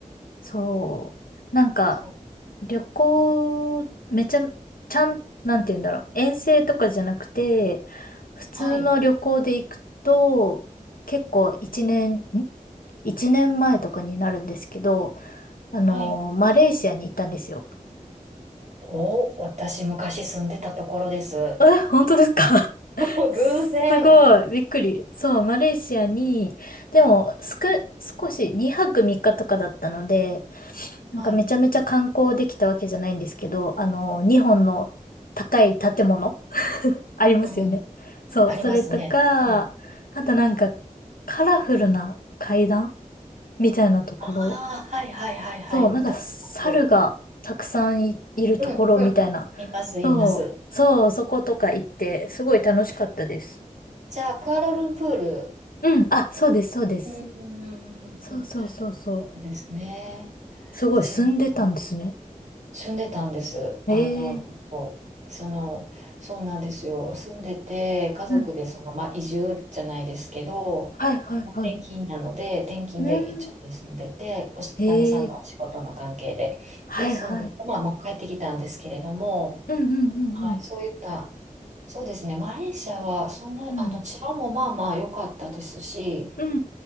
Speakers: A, on the left; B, on the right.
A: そう。
B: 屋。うん
A: なんか、
B: そう。
A: 旅行、めちゃ、ちゃん、なんて言うんだろう。遠征とかじゃなくて、普通の旅行で行くと、
B: はい、
A: 結構一年、ん一年前とかになるんですけど、あのーマレーシアに行ったんですよ。
B: はい。お、私昔住んでたところです。
A: え、本当ですか <laughs>
B: <laughs>
A: すごい、
B: 偶然。
A: びっくり。そう、マレーシアに、でも、すく、少し2泊3日とかだったので、なんかめちゃめちゃ観光できたわけじゃないんですけど、
B: はい。
A: あの、2本の高い建物 <laughs> ありますよね。
B: うん、うん。
A: そう、
B: ありますね。
A: それとか、
B: うん。
A: あとなんかカラフルな階段みたいなところ。
B: ああ、はい、はい、はい、はい。
A: そう、
B: 見たことある。
A: なんか猿がたくさんい、いるところみたいな。
B: うん、うん。います、います。
A: そう、そう、そことか行って、すごい楽しかったです。
B: じゃあ、クアラルンプール。
A: うん、あ、そうです、そうです。
B: うん、うん、うんうんうん
A: そうそうそうそう。
B: そうですね。
A: すごい、
B: 一年前
A: 住んでたんですね。
B: 住んでたんです。あの、
A: ええ
B: ちょっとその、そうなんですよ。住んでて、家族でその、
A: うん。
B: まあ、移住じゃないですけど、
A: はいはいはい。
B: まあ転勤なので、転勤で一応住んでて、
A: うん。
B: おし、
A: ええ
B: 旦那さんのお仕事の関係で、
A: はいはい。
B: で、住んでて、まあ、まあ、帰ってきたんですけれども、
A: うんうんうんうん。
B: はい、そういったそうですね。マレーシアは、そんな、
A: うん。
B: あの、治安もまあまあ良かったですし、
A: うんう